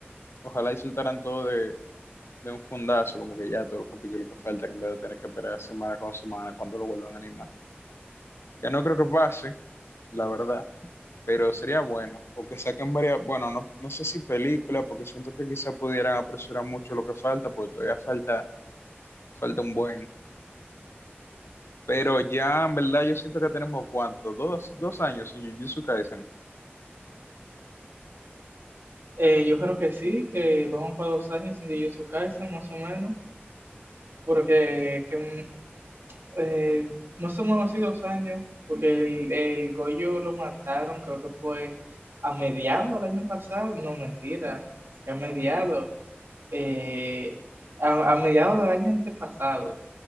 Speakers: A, on the left; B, on the right.
A: Ojalá y soltaran todo de, de un fundazo, como que ya todos los capítulos que faltan, en vez de tener que esperar semana con semana cuando lo vuelvan a animar. Que no creo que pase, la verdad, pero sería bueno, o que saquen varias, bueno, no, no sé si película, porque siento que quizá pudieran apresurar mucho lo que falta, porque todavía falta, falta un buen. Pero ya, en verdad, yo siento que tenemos, ¿cuánto? Dos, dos años sin Jujutsu Kaisen.
B: Eh, yo creo que sí, que vamos para dos años sin Jujutsu Kaisen más o menos, porque que, mm, eh, más o menos así dos años, porque el, el Goyo lo mataron, creo que fue a mediados del año pasado, no mentira, que a mediados, eh, a, a, mediados del año antepasado.